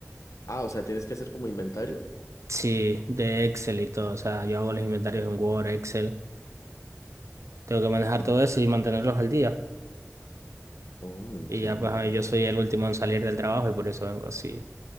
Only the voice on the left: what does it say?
ah, o sea, tienes que hacer como inventario.
Ah,
oh, entiendo.